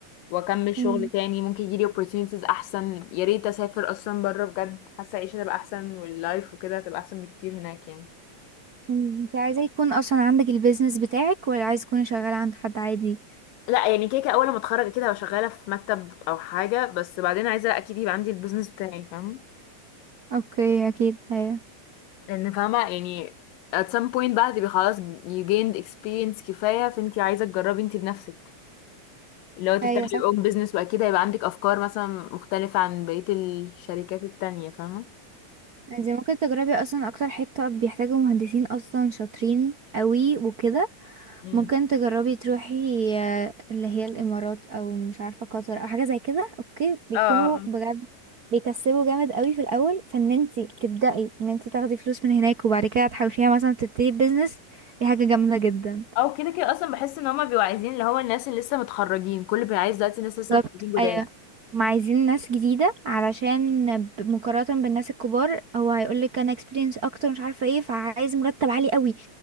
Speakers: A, on the left; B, on the right.
A: واكمل شغل
B: امم
A: تاني ممكن يجيلي opportunities احسن يا ريت اسافر اصلا بره بجد حاسة العيشة تبقى احسن واللايف وكده تبقى احسن بكتير هناك يعني
B: امم انت عايزة يكون اصلا عندك البيزنس بتاعك ولا عايز تكوني شغالة عند حد عادي
A: لا يعني كده كده اول ما اتخرج كده هبقى شغالة في مكتب او حاجة بس بعدين عايزة اكيد يبقى عندي البيزنس بتاعي فاهم
B: اوكي اكيد ايوه
A: لان فاهمة يعني at some point بقى هتبقي خلاص you gained experience كفاية فانتي عايزة تجربي انتي بنفسك اللي هو تفتحي
B: ايوه صح
A: your own business واكيد هيبقى عندك افكار مثلا مختلفة عن بقية الشركات التانية فاهمة
B: انت ممكن تجربي اصلا اكتر حتة بيحتاجوا مهندسين اصلا شاطرين قوي وكده
A: امم
B: ممكن تجربي تروحي آه، اللي هي الامارات او مش عارفه قطر او حاجه زي كده اوكي بيكونوا
A: اه آه، آه.
B: بجد بيكسبوا جامد قوي في الاول فان انتي تبداي ان انتي تاخدي فلوس من هناك وبعد كده تحوشيها مثلا تبتدي بيزنس دي حاجه جامده جدا
A: او كده كده اصلا بحس ان هما بيبقوا عايزين اللي هو الناس اللي لسه متخرجين كل بيبقى عايز دلوقتي الناس لسه
B: بالظبط
A: متخرجين جداد
B: ايوه ما عايزين ناس جديده علشان ب- مقارنه بالناس الكبار هو هيقولك انا اكسبيرينس اكتر مش عارفه ايه فعايز مرتب عالي قوي